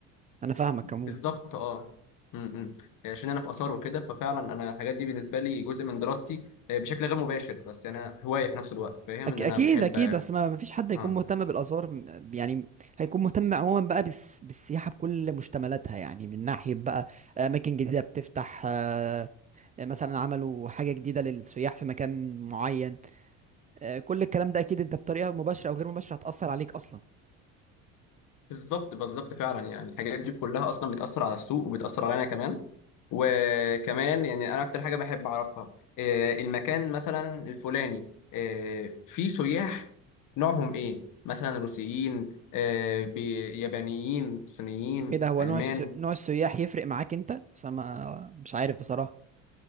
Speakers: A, on the right; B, on the left.
A: انا فاهمك
B: بالظبط
A: عموما
B: اه امم إمم. يعني عشان انا في اثار وكده ففعلا انا الحاجات دي بالنسبه لي جزء من دراستي آه، بشكل غير مباشر بس انا هوايه في نفس الوقت فاهم
A: أك...
B: ان
A: اكيد
B: انا بحب
A: اكيد اصل ما ما فيش حد هيكون
B: اه
A: مهتم بالاثار م- يعني هيكون مهتم عموما بقى بالس... بالسياحه بكل مشتملاتها يعني من ناحيه بقى اماكن جديده بتفتح آه، مثلا عملوا حاجه جديده للسياح في مكان معين آه، كل الكلام ده اكيد انت بطريقه مباشره او غير مباشره هتاثر عليك اصلا
B: بالظبط بالظبط فعلا يعني الحاجات دي كلها اصلا بتاثر على السوق وبتاثر علينا كمان وكمان يعني انا اكتر حاجه بحب اعرفها آه، المكان مثلا الفلاني آه، فيه سياح نوعهم ايه مثلا روسيين آه، بي- يابانيين صينيين
A: ايه ده هو
B: المان
A: نوع الس... نوع السياح يفرق معاك انت بس أنا ما مش عارف بصراحه